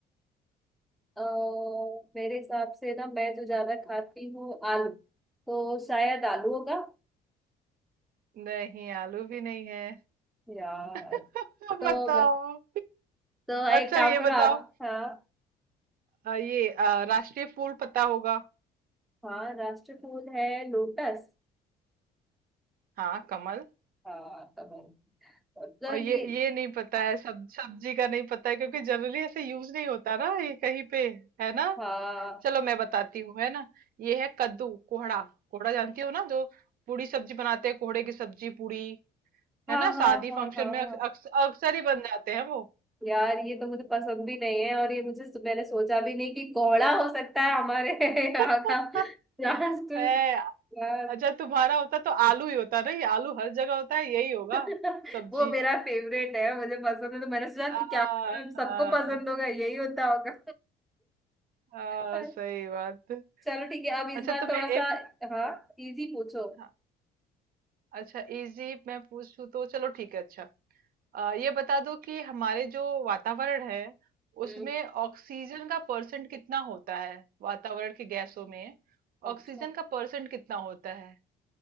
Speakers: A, in the centre; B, on the right.
A: अ, मेरे हिसाब से ना मैं जो ज्यादा खाती हूँ आलू तो शायद आलू होगा
B: नहीं आलू भी नहीं है
A: यार
B: <laughs> अब
A: तो
B: बताओ
A: मैं- तो एक
B: अच्छा
A: काम
B: ये
A: करो
B: बताओ
A: आप हाँ
B: अ, ये अ, राष्ट्रीय फूल पता होगा
A: हाँ राष्ट्र फूल है लोटस
B: हाँ कमल
A: हाँ तो मैं- तो
B: और ये
A: ये
B: ये नहीं पता है सब सब्जी का नहीं पता है क्योंकि जनरली ऐसे यूज नहीं होता ना ये कहीं पे है ना
A: हाँ
B: चलो मैं बताती हूँ है ना ये है कद्दू कोहड़ा कोहड़ा जानती हो ना जो पूरी सब्जी बनाते हैं कोहड़े की सब्जी पूरी
A: हाँ
B: है ना
A: हाँ
B: शादी
A: हाँ
B: फंक्शन
A: हाँ
B: में
A: हाँ
B: अक्स- अक्स- अक्सर ही बन जाते हैं वो
A: यार ये तो मुझे पसंद भी नहीं है और ये मुझे मैंने सोचा भी नहीं कि कोहड़ा हो सकता है हमारे <laughs>
B: <laughs>
A: यहाँ का राष्ट्र
B: है
A: यार
B: अच्छा तुम्हारा होता तो आलू ही होता ना ये आलू हर जगह होता है यही होगा
A: <laughs>
B: सब्जी
A: वो मेरा फेवरेट है मुझे पसंद है तो मैंने सोचा
B: आ,
A: कि क्या पता हम
B: हाँ,
A: सबको पसंद होगा यही होता होगा
B: हाँ,
A: <laughs>
B: सही बात
A: चलो ठीक है अब इस
B: अच्छा
A: बार
B: तुम्हें
A: थोड़ा सा
B: एक
A: हाँ इजी पूछो
B: हाँ। अच्छा इजी मैं पूछूं तो चलो ठीक है अच्छा अ, ये बता दो कि हमारे जो वातावरण है
A: हम्म
B: उसमें ऑक्सीजन का परसेंट कितना होता है वातावरण की गैसों में
A: अच्छा
B: ऑक्सीजन का परसेंट कितना होता है